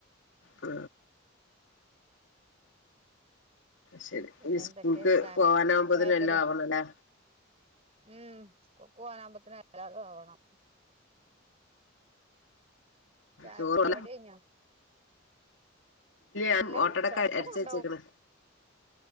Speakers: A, on the left; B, on the right.
A: ആ ശരി
B: പിന്നെ
A: ഇ സ്കൂൾക്ക്
B: എന്തൊക്കെ ചായ
A: പോവാനാവുമ്പോതിന്
B: ചായപ്പരും
A: എല്ലാം ആവണല്ലേ?
B: ഉം സ്കൂൾക്ക് പോവാനാവുമത്തിന് എല്ലാതും ആവണം. ചായ
A: ചോറ്
B: പരിപാടി കൈഞ്ഞോ? ഇല്ല
A: ഞാൻ ഓട്ടടൊക്കെ
B: ചെലപ്പോ
A: അരച്ച്
B: കൊണ്ടോവും.
A: വെച്ചേക്കണ്